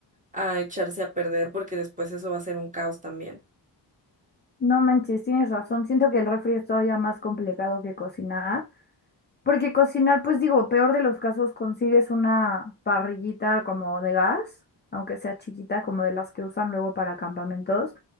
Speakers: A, on the right; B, on the left.
A: a echarse a perder porque después eso va a ser un caos también.
B: No manches, tienes razón. Siento que el refri es todavía más complicado que cocinar. Porque cocinar, pues digo, peor de los casos, consigues una parrillita como de gas, aunque sea chiquita, como de las que usan luego para campamentos,